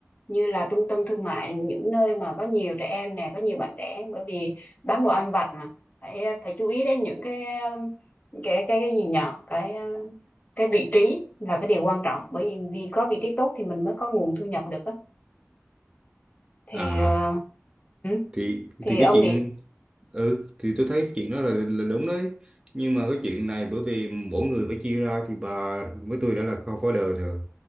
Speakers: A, on the left; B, on the right.
A: như là trung tâm thương mại những nơi mà có nhiều trẻ em nè có nhiều bạn trẻ bởi vì bán đồ ăn vặt mà phải phải chú ý đến những cái um, cái cái cái gì nhỏ cái uh, cái vị trí là cái điều quan trọng bởi vì vì có vị trí tốt thì mình mới có nguồn thu nhập được á thì
B: à
A: uh, ừ,
B: thì
A: thì
B: thì cái
A: ông
B: chuyện
A: nghĩ
B: ừ thì tôi thấy cái chuyện đó là, là đúng đấy nhưng mà cái chuyện này bởi vì mỗi người phải chia ra thì bà với tôi đã là co-founder rồi